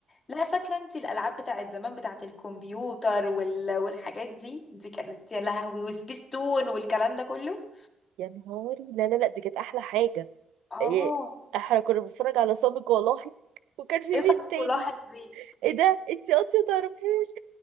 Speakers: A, on the left; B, on the right.
A: لا فاكرة انت الألعاب بتاعت زمان بتاعت الكمبيوتر وال... والحاجات دي دي كانت يا لهوي وسبيستون والكلام ده كله
B: يا نهاري لا لا لا دي كانت أحلى حاجة
A: اه
B: إيه، احنا كنا بنتفرج على سابق ولاحق وكان في مين
A: ايه صح
B: تاني
A: كلاحك دي
B: ايه ده انت اصلا متعرفوش